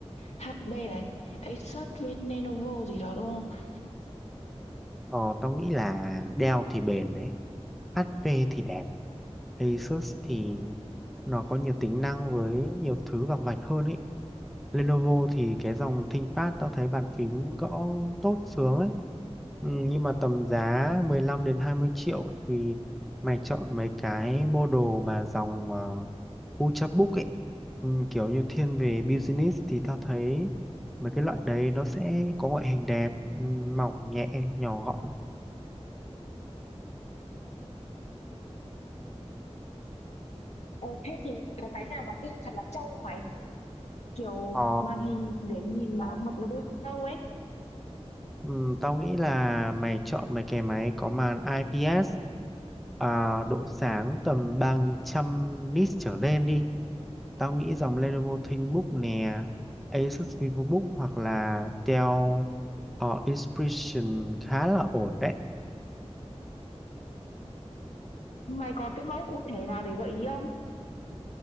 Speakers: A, on the left; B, in the centre.
A: HP này, Asus với Lenovo gì đó đúng không?
B: Ờ, tao nghĩ là Dell thì bền đấy, HP thì đẹp, Asus thì nó có nhiều tính năng với nhiều thứ vằng vạch hơn ấy. Lenovo thì cái dòng ThinkPad tao thấy bàn phím gõ tốt sướng ấy. Ừ, nhưng mà tầm giá 15 đến 20 triệu thì mày chọn mấy cái model mà dòng uh, Ultrabook ấy. Ừ, kiểu như thiên về business thì tao thấy mấy cái loại đấy nó sẽ có ngoại hình đẹp, ừ, mỏng nhẹ, nhỏ gọn.
A: Ồ, thế thì cái máy nào mà pin thật là trâu mày kiểu
B: Ờ,
A: màn hình để nhìn mà học được lâu ấy
B: ừ, tao nghĩ là mày chọn mấy cái máy có màn IPS à, độ sáng tầm 300 nits trở lên đi. Tao nghĩ dòng Lenovo ThinkBook nè, Asus VivoBook hoặc là Dell uh, Inspiration khá là ổn đấy.
A: mày có cái mẫu cụ thể nào để gợi ý không